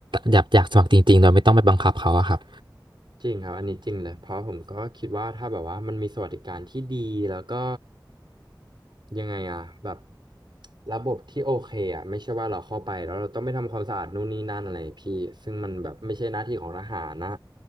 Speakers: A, on the right; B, on the right.
A: อยากอยากสมัครจริงๆโดยไม่ต้องไปบังคับเขาอะครับ
B: จริงครับอันนี้จริงเลยเพราะผมก็คิดว่าถ้าแบบว่ามันมีสวัสดิการที่ดีแล้วก็ยังไงอะแบบระบบที่โอเคอะไม่ใช่ว่าเราเข้าไปแล้วเราต้องไปทำความสะอาดนู่นนี่นั่นอะไรพี่ซึ่งมันแบบไม่ใช่หน้าที่ของทหารนะ